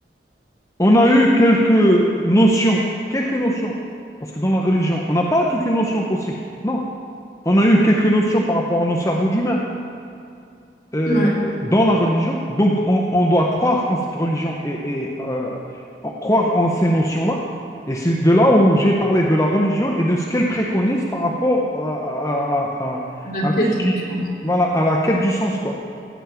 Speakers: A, on the left; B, on the left.
A: On a eu quelques notions, quelques notions, parce que dans la religion, on n'a pas toutes les notions possibles. Non, on a eu quelques notions par rapport à nos cerveaux d'humains euh,
B: Ouais,
A: dans la religion. Donc, on, on doit croire en cette religion et, et, euh, en- croire en ces notions-là. Et c'est de là où j'ai parlé de la religion et de ce qu'elle préconise par rapport à, à- à-
B: la
A: à-
B: quête
A: à tout ce
B: du
A: qui,
B: sens.
A: voilà, à la quête du sens, quoi.